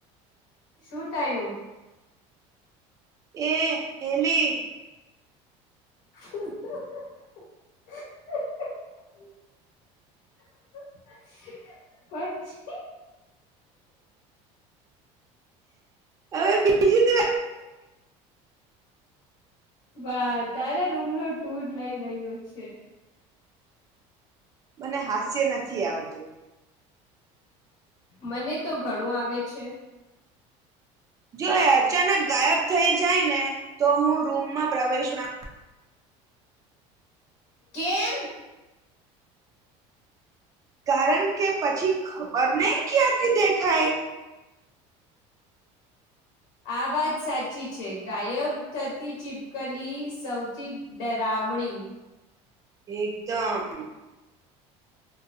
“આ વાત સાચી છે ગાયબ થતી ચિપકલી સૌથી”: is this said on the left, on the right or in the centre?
Left